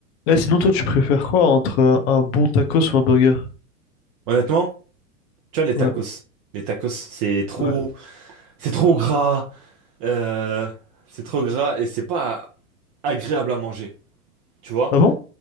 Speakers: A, on the left (about 45°); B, on the right (about 30°).
A: Eh, sinon, toi, tu préfères quoi entre un, un bon tacos ou un burger?
B: Honnêtement, tu vois, les tacos,
A: Ouais,
B: les tacos, c'est trop,
A: ouais.
B: c'est trop gras, euh, c'est trop gras et c'est pas agréable à manger, tu vois.
A: Ah bon?